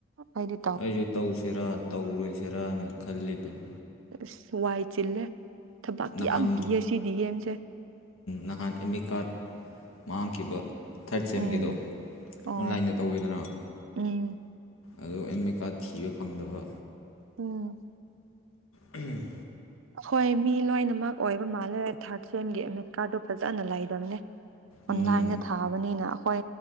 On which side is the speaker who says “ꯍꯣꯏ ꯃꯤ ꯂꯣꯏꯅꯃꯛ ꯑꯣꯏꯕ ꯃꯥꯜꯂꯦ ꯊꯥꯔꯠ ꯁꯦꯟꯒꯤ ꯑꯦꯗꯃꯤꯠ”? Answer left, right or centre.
Right